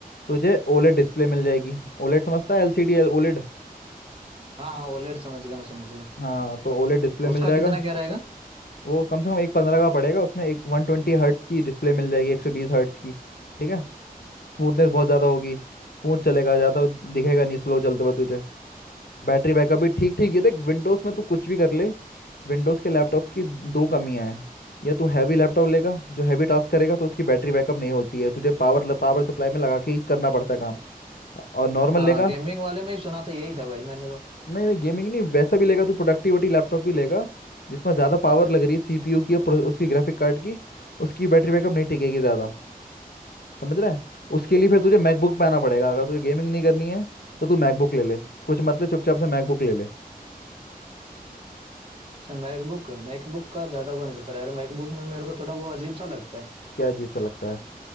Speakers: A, on the left (about 85°); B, on the right (about 35°).
A: तुझे ओलेड डिस्प्ले मिल जाएगी ओलेड समझता है LCD L OLED
B: हाँ हाँ ओलेड समझ गया मैं समझ गया
A: हाँ तो ओलेड डिस्प्ले मिल
B: उसका
A: जाएगा
B: कितना क्या रहेगा
A: वो कम से कम एक पंद्रह का पड़ेगा उसमें एक वन ट्वेंटी हर्ट्स की डिस्प्ले मिल जाएगी एक सौ बीस हर्ट्स की ठीक है स्मूथनेस बहुत ज़्यादा होगी स्मूथ चलेगा ज़्यादा दिखेगा नहीं स्लो चलते हुए तुझे बैटरी बैकअप भी ठीक ठीक ये देख विंडोज़ में तू कुछ भी कर ले विंडोज़ के लैपटॉप्स की दो कमियां हैं या तू हैवी लैपटॉप लेगा जो हैवी टास्क करेगा तो उसकी बैटरी बैकअप नहीं होती है तुझे पावर पावर सप्लाई में लगा के ही करना पड़ता है काम और नॉर्मल
B: हाँ
A: लेगा
B: हाँ गेमिंग वाले में ही सुना था यही था भाई मैंने तो
A: नहीं नहीं गेमिंग नहीं वैसा भी लेगा तू प्रोडक्टिविटी लैपटॉप भी लेगा जिसमें ज़्यादा पावर लग रही है सीपीयू की और प्रो- उसकी ग्राफिक कार्ड की उसकी बैटरी बैकअप नहीं टिकेगी ज़्यादा समझ रहा है उसके लिए फिर तुझे मैकबुक पे आना पड़ेगा अगर तुझे गेमिंग नहीं करनी है तो तू मैकबुक ले ले कुछ मतलब चुपचाप से मैकबुक ले ले
B: अच्छा मैकबुक मैकबुक का ज्यादा वो नहीं सोचा यार मैकबुक में मेरे को थोड़ा वो अजीब सा लगता है
A: क्या अजीब सा लगता है